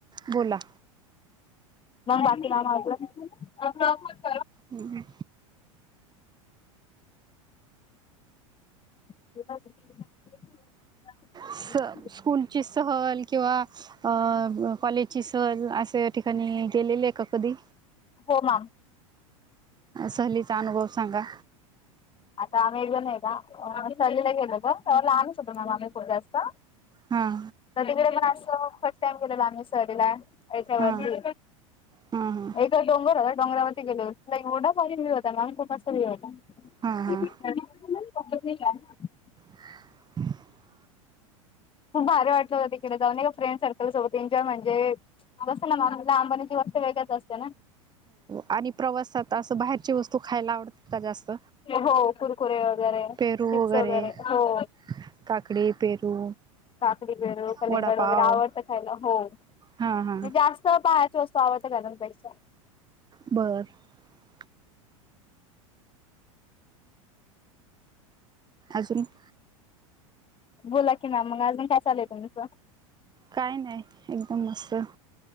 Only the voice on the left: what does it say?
मग, बाकी काम आवरल का?
<unintelligible>
हो, मॅम.
आता आम्ही एकदा नाही सहलीला गेलेलो. तेव्हा लहानच होतो मॅम, आम्ही खूप जास्त.
सगळीकडे पण असते फर्स्ट टाइम केलेला, आम्ही सहलीला याच्यावरती.
एक डोंगर होता. डोंगरावरती गेलेलो, तिकडे एव्हढा भारी व्ह्यूव होता. तमाम खूप असा व्ह्यूव होता.
कितने का है? <unintelligible>
खूप भारी वाटलं होतं, तिकडे जाऊन एका फ्रेंडसर्कल सोबत एन्जॉय म्हणजे, कसं ना? मॅम लहानपणीची सगळं कसं असते ना?
हो कुरकुरे वगैरे
चिप्स
हो.
काकडी, पेरू, कलींगड
वगैरे आवडतं खायला? हो.
मी जास्त बाहेर तोच तो, पावाचा गरम पैसा. <unintelligible>
बोला की ना, मग अजून काय चाललयं तुमचं?